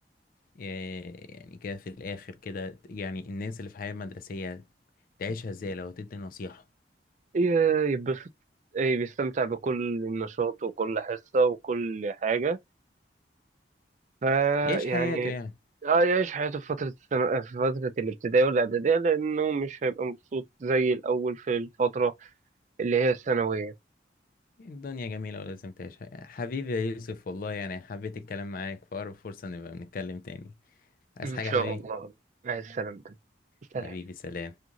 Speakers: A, on the left; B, on the right.
A: إيه، يعني كده في الآخر كده يعني الناس اللي في حياة مدرسية تعيشها ازاي لو تدي نصيحة
B: ي- يتبسط ايه بيستمتع بكل نشاط وكل حصة وكل حاجة فيعني
A: يعيش حياته يعني
B: اه يعيش حياته في فترة الثانو- في فترة الابتدائية والإعدادية لأنه مش هيبقى مبسوط زي الأول في الفترة اللي هي الثانوية
A: الدنيا جميلة ولازم تعيشها حبيبي يا يوسف والله يعني حبيت الكلام معاك في أقرب فرصة نبقى بنتكلم تاني عايز
B: إن
A: حاجة
B: شاء
A: يا حبيبي
B: الله مع السلامة سلام
A: حبيبي سلام